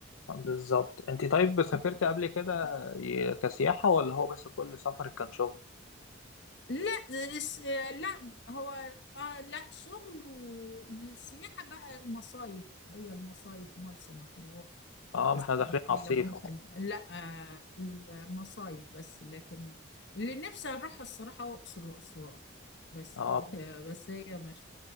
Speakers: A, on the left (about 85°); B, on the left (about 55°).
A: بالظبط انت طيب سافرت قبل كده ي- كسياحة ولا هو بس كل سفرك كان شغل
B: لا الس- لا هو اه لا شغل والسياحة بقى المصايف هي المصايف مرسى مطروح
A: اه
B: اسكندرية
A: ما احنا داخلين على الصيف
B: ممكن
A: اهو.
B: لا آه، المصايف بس لكن اللي نفسي اروح الصراحة اقصر واسوان بس
A: اه
B: آه، بس هي مش